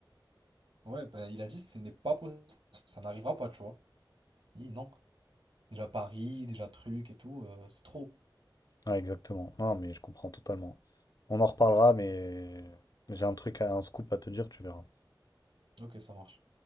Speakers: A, on the right; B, on the left.
A: Ouais, bah, il a dit, ce n'est pas possible, ça n'arrivera pas, tu vois. Il dit, non. Déjà Paris, déjà truc et tout, euh, c'est trop.
B: Ouais, exactement. Non, mais je comprends totalement. On en reparlera, mais j'ai un truc, à- un scoop à te dire, tu verras.
A: Ok, ça marche.